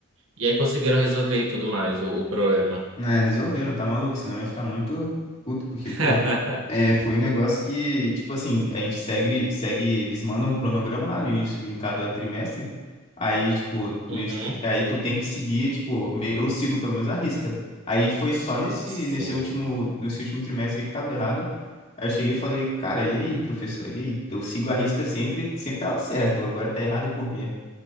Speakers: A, on the right; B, on the left.
A: E aí conseguiram resolver e tudo mais, o, o problema.
B: É, resolveram, tá maluco? Senão ia ficar muito puto, porque,
A: <laughs>
B: pô, é, foi um negócio que, tipo assim, a gente segue, segue, eles mandam um cronograma lá no início de cada trimestre, aí, tipo, no
A: Uhum,
B: ins- aí tu tem que seguir, tipo, me- eu sigo pelo menos a risca. Aí foi só nesse,
A: sim.
B: nesse último, nesse último trimestre que tava errado, aí eu cheguei e falei, cara, e aí, professor, e aí? Eu sigo a risca sempre, sempre tava certo, agora tá errado por quê?